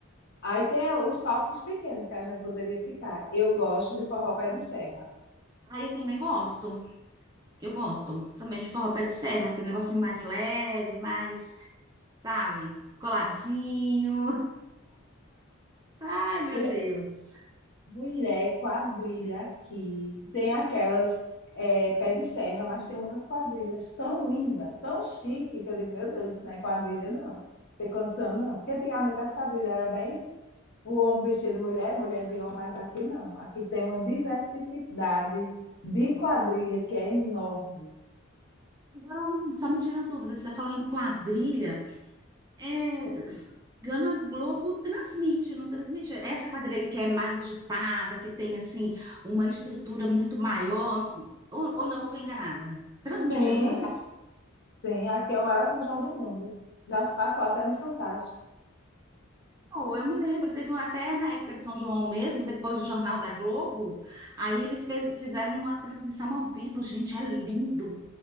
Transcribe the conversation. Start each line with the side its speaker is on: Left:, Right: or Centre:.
Left: Aí tem a- os palcos pequenos que a gente poderia ficar. Eu gosto de forró pé de serra.
Right: Ah, eu também gosto, eu gosto também de forró pé de serra, aquele negocinho mais leve, mais, sabe, coladinho. Ai, meu
Left: Mulher,
Right: Deus.
Left: mulher, quadrilha aqui. Tem aquelas é, pé de serra, mas tem umas quadrilhas tão lindas, tão chique, que eu digo, meu Deus, isso não é quadrilha, não. Não tem condição, não. Porque antigamente as quadrilhas era bem o homem vestido de mulher, mulher de homem, mas aqui não. Aqui tem uma diversidade de quadrilha que é enorme.
Right: Agora, um, só me tirou dúvida, você falou em quadrilha. É, se não me engano, a Globo transmite, não transmite. Essa quadrilha que é mais agitada, que tem assim uma estrutura muito maior, ou, ou não, eu estou enganada. Transmite,
Left: Sim,
Right: não transmite?
Left: sim, aqui é o maior São João do mundo. Já se passou até no Fantástico.
Right: Não, eu me lembro, teve um- até na época de São João mesmo, depois do Jornal da Globo, aí eles fez- fizeram uma transmissão ao vivo, gente, é lindo.